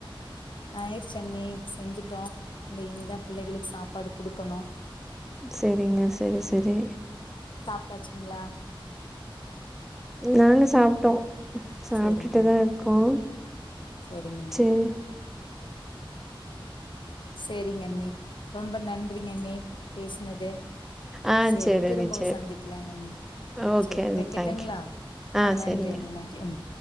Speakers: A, on the left; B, in the centre.
A: ஆயிருச்சு அண்ணி இப்ப செஞ்சுட் ட்டோ இந்த இனிதா பிள்ளைகளுக்கு சாப்பாடு குடுக்கணு
B: செரிங்க செரி செரி
A: சாப்ட்டாச்சுங்ளா
B: நாங்க சாப்ட்டோ சாப்ட்டுட்டுதா
A: சேரிங்க அண்ணி
B: இருக்கோ
A: சேரிங்க அண்ணி
B: சேரி <inaudible>
A: செரிங்கண்ணி ரொம்ப நன்றிங்கண்ணி பேசுனது
B: ஆ
A: சேரி திரும்பவு
B: அண்ணி சேரி
A: சந்திக்கலாங்கண்ணி
B: ஓகே
A: சேரி
B: அண்ணி
A: வெக்கட்டுங்களா
B: தேங்க்யூ ஆ
A: ஆஹ் நன்றியண்ணி
B: சேரிங்க
A: நன்றி ம்